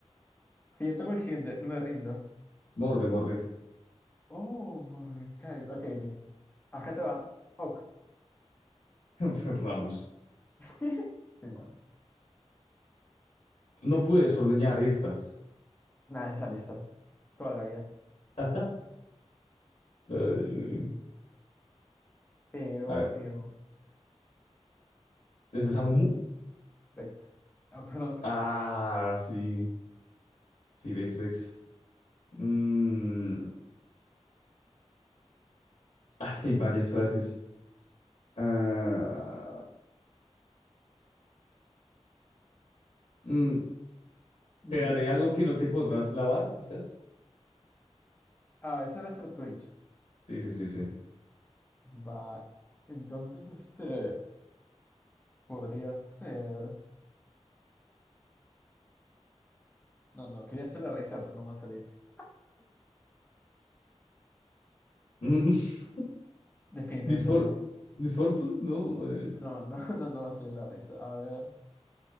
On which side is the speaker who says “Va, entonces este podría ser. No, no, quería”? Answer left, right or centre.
Left